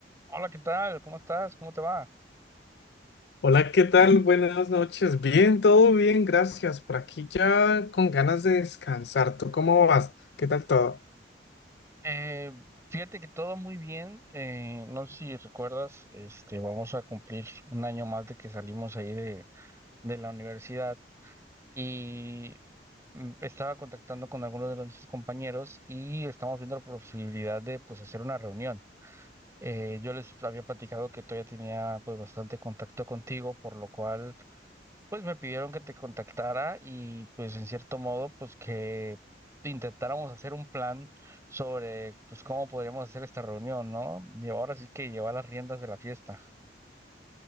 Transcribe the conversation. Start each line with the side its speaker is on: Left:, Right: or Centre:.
Right: Hola, ¿qué tal? ¿Cómo estás? ¿Cómo te va?
Left: Hola, ¿qué tal? Buenas noches. Bien, todo bien, gracias. Por aquí ya con ganas de descansar. ¿Tú cómo vas? ¿Qué tal todo?
Right: Eh, fíjate que todo muy bien. eh, no sé si recuerdas, este, vamos a cumplir un año más de que salimos ahí de, de la universidad y mm, estaba contactando con algunos de nuestros compañeros y estamos viendo la posibilidad de pues hacer una reunión. Eh, yo les había platicado que todavía tenía pues bastante contacto contigo, por lo cual Pues me pidieron que te contactara y pues en cierto modo pues que intentáramos hacer un plan sobre pues cómo podríamos hacer esta reunión, ¿no? Y ahora sí que llevar las riendas de la fiesta.